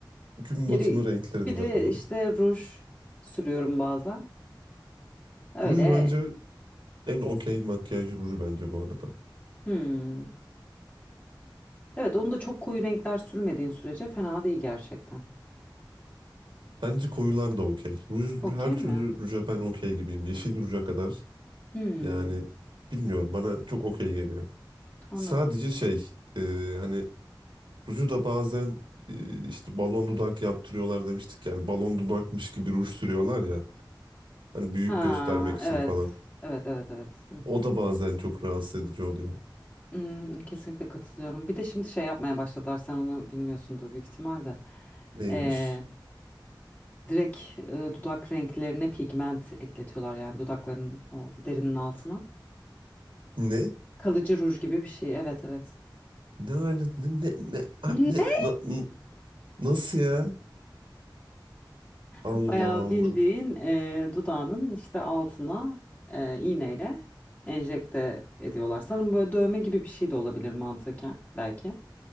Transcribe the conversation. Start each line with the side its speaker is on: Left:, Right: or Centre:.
Right: Gün
Left: Geri
Right: batımı renklerinde
Left: bir de
Right: falan.
Left: işte ruj sürüyorum bazen. Öyle.
Right: Ruj bence en okey makyaj ruju bence bu arada.
Left: Hmm. Evet onu da çok koyu renkler sürmediğin sürece fena değil gerçekten.
Right: Bence koyular da okey. Ruj,
Left: Okey
Right: her türlü
Left: mi?
Right: ruja ben okey gibiyim. Yeşil ruja kadar.
Left: Hmm,
Right: Yani bilmiyorum bana çok okey geliyor.
Left: anladım.
Right: Sadece şey e, hani ruju da bazen e, işte balon dudak yaptırıyorlar demiştik. Yani balon dudakmış gibi ruj sürüyorlar ya. Hani büyük
Left: Ha
Right: göstermek için
Left: evet.
Right: falan.
Left: Evet evet evet.
Right: O da bazen çok rahatsız edici oluyor.
Left: Hmm, kesinlikle katılıyorum. Bir de şimdi şey yapmaya başladılar. Sen onu bilmiyorsundur büyük ihtimalle.
Right: Neymiş?
Left: Ee, direkt e, dudak renklerine pigment ekletiyorlar yani dudakların o derinin altına.
Right: Ne?
Left: Kalıcı ruj gibi bir şey. Evet evet.
Right: Ne hale- ne ne ne, a-
Left: Ne?
Right: ne-
Left: <laughs>
Right: na- n- nasıl ya? Allah
Left: Bayağı
Right: Allah.
Left: bildiğin e, dudağının işte altına e, iğneyle enjekte ediyorlar. Sanırım böyle dövme gibi bir şey de olabilir mantıken belki.